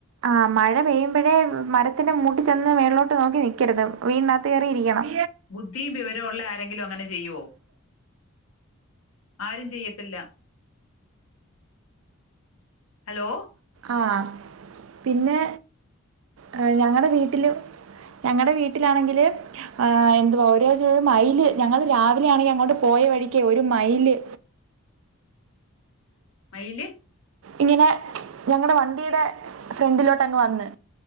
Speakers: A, on the right (about 65°); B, on the left (about 70°).
A: ആഹ് മഴ പെയ്യുമ്പോഴേ മരത്തിന്റെ മൂട്ടി ചെന്ന് മേളിലോട്ട് നോക്കി നിക്കരുത് വീടിനകത്ത് കേറി ഇരിക്കണം
B: ബുദ്ധിംവിവരുള്ള ആരെങ്കിലും അങ്ങനെ ചെയ്യുവോ ആരും ചെയ്യത്തില്ല ഹലോ
A: ആഹ് പിന്നെ ഹേ ഞങ്ങടെ വീട്ടില് ഞങ്ങടെ വീട്ടിലാണെങ്കില് ആഹ് എന്തുവാ ഒരാഴ്ച ഒരു മൈല് ഞങ്ങള് രാവിലെ ആണെങ്കിൽ അങ്ങോട്ട് പോയ വഴിക്ക് ഒര് മൈല്
B: മൈല്
A: ഇങ്ങനെ ഞങ്ങടെ വണ്ടിയിടെ ഫ്രണ്ടിലോട്ട് അങ്ങ് വന്ന്